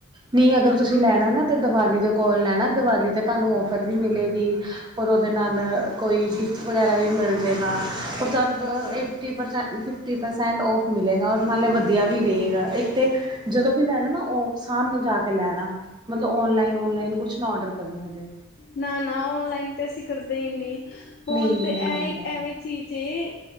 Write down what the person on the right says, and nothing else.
ਨੀ ਅਗਰ ਤੁਸੀਂ ਲੈਣਾ ਨਾ ਤਾਂ ਦੀਵਾਲੀ ਦੇ ਕੋਲ ਲੈਣਾ ਦੀਵਾਲੀ ਤੁਹਾਨੂੰ ਔਫਰ ਵੀ ਮਿਲੇਗੀ। ਔਰ ਔਦੇ ਨਾਲ ਕੋਈ ਗਿਫਟ ਵਗੈਰਾ ਵੀ ਮਿਲ ਜੇਗਾ। ਚੰਦ
ਏਟੀ ਪਰਸੈ ਟੀ ਪਰਸੈਂਟ ਔਫ ਮਿਲੇਗਾ ਔਰ ਨਾਲੇ ਵਧੀਆ ਵੀ ਰਏਗਾ ਇੱਕ ਤੇ ਜਦੋਂ ਵੀ ਲੈਣਾ ਨਾ ਓ ਸਾਮਣੇ ਜਾ ਕੇ ਲੈਣਾ ਮਤਲਬ ਔਨਲਾਈਨ-ਔਨਲਾਈਨ ਕੁਛ ਨਾ ਔਡਰ ਕਰਨਾ ਜੇ।
ਨਹੀਂ
ਕਰਨਾ